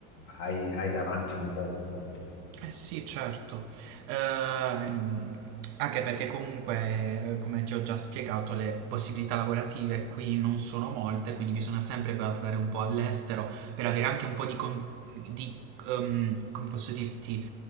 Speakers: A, on the left; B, on the right.
A: hai, hai davanti un mondo.
B: Eh sì, certo. Ehm, anche perché comunque, eh, come ti ho già spiegato, le possibilità lavorative qui non sono molte, quindi bisogna sempre guardare un po' all'estero per avere anche un po' di, con- di, ehm, come posso dirti,